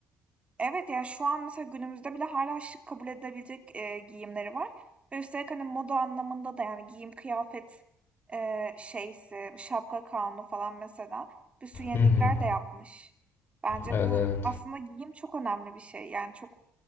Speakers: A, on the right (about 25°); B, on the left (about 50°).
A: Evet, yani şu an mesela günümüzde bile hala şık kabul edilebilecek, eee, giyimleri var ve üstelik, hani, moda anlamında da, yani, giyim kıyafet, eee, şeysi, şapka kanunu falan mesela bir sürü yenilikler
B: Hı hı.
A: de yapmış. Bence
B: Evet
A: bu
B: evet.
A: aslında giyim çok önemli bir şey. Yani çok,